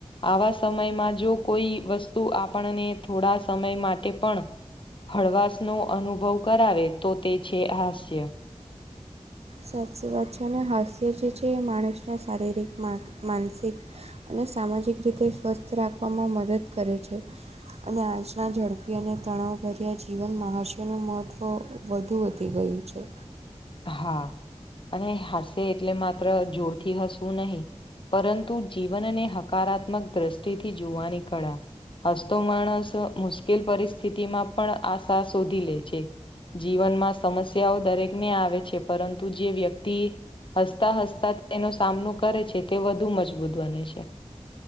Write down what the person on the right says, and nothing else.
સાચી વાત છે અને હાસ્ય જે છે એ માણસના શારીરિક મા માનસિક અને સામાજિક રીતે સ્વસ્થ રાખવામાં મદદ કરે છે. અને આજના ઝડપી અને તણાવભર્યા જીવન મહ હર્ષ્યોનું મહત્ત્વ વધુ વધી ગયું છે.